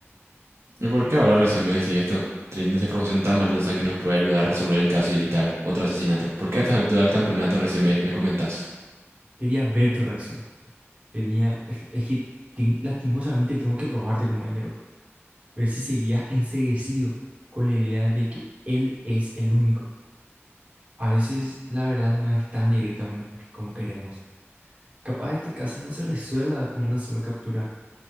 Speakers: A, on the right; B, on the right.
A: ¿Y por qué ahora recién me decís esto? Teniendo esa información tan valiosa que nos puede ayudar a resolver el caso y evitar otro asesinato. ¿Por qué a esta altura del campeonato recién me, me comentás?
B: Quería ver tu reacción. Tenía, <laughs> es que ten- lastimosamente tengo que probarte, compañero. ver si seguías enceguecido con la idea de que él es el único. A veces la verdad no es tan directa como, como queremos. Capaz este caso no se resuelva con una sola captura.